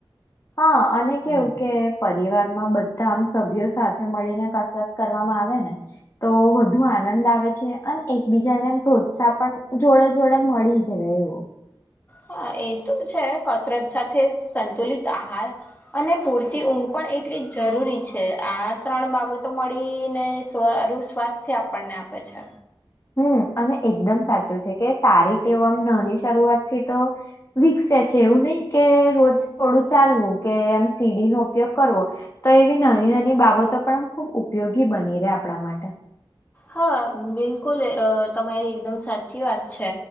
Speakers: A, on the left; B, on the left.
A: હા અને કેવું કે પરિવારમાં બધા આમ સભ્યો સાથે મળીને કસરત કરવા આવે ને તો વધુ આનંદ આવે અને એકબીજા ને પ્રોત્સાહ પણ જોડે જોડે મળી જ રહેવું
B: હા એ તો છે કસરત સાથે સંતુલિત આહાર અને પૂરતી ઊંઘ પણ એટલી જરૂરી છે આ ત્રણ બાબતો મળીને સારું સ્વાસ્થ્ય આપણને આપે છે
A: હમ અને એકદમ સાચું છે કે સારી ટેવો આમ નની શરૂઆત થી તો વિકસે છે એવું નહીિ કે રોજ થોડું ચાલવું કે એમ સીડી નો ઉપયોગ કરવો તો એવી નાની નાની બાબતો પણ આમ ખુબ ઉપયોગી બની રહે આપ આપડા માટે
B: હા બિલકુલ તમારી એકદમ સાચી વાત છે